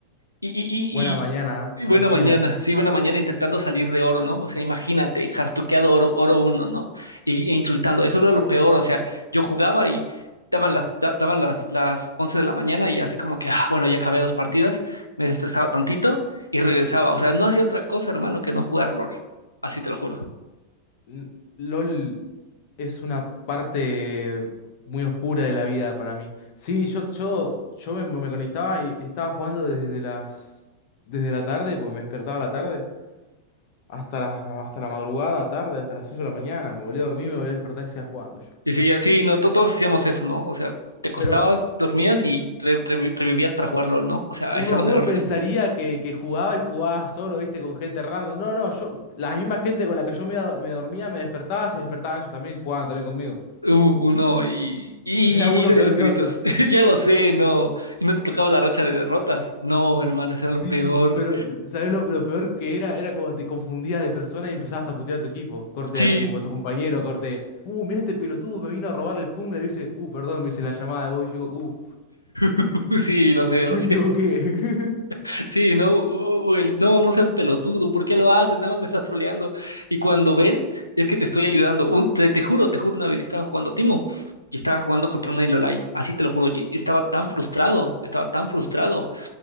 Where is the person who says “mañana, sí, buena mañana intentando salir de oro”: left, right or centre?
Left